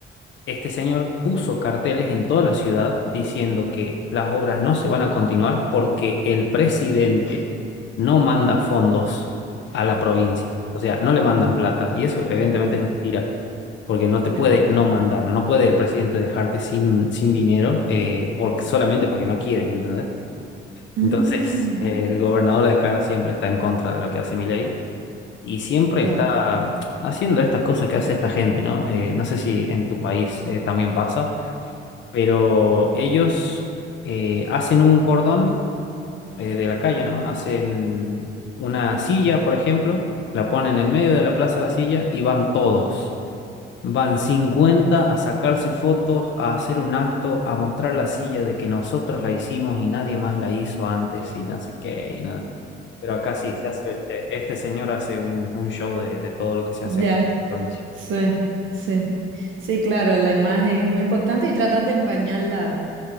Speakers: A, on the left (about 70°); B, on the right (about 75°).
A: este señor puso carteles en toda la ciudad diciendo que las obras no se van a continuar porque el presidente no manda fondos a la provincia. O sea, no le mandan plata. Y eso evidentemente
B: Oh,
A: es mentira, porque no te puede
B: sí.
A: no mandar. No puede el presidente dejarte sin, sin dinero eh, por- solamente porque no quiere, ¿entendés?
B: Mm,
A: Entonces, eh, el gobernador de acá siempre está en contra de lo que hace Milei y siempre
B: ya,
A: está haciendo estas cosas que hace esta gente, ¿no? Eh, no sé si en tu país eh, también pasa, pero ellos eh, hacen un cordón eh, de la calle, ¿no? Hacen una silla, por ejemplo, la ponen en medio de la plaza la silla y van todos. Van 50 a sacarse fotos, a hacer un acto, a mostrar la silla de que nosotros la hicimos y nadie más la hizo antes y no sé qué. y nada. Pero acá sí, se hace, este, este señor hace un, un show de, de todo lo que se
B: ya,
A: hace acá en la provincia.
B: sí, sí. Sí, claro, la imagen es muy importante y tratar de empañarla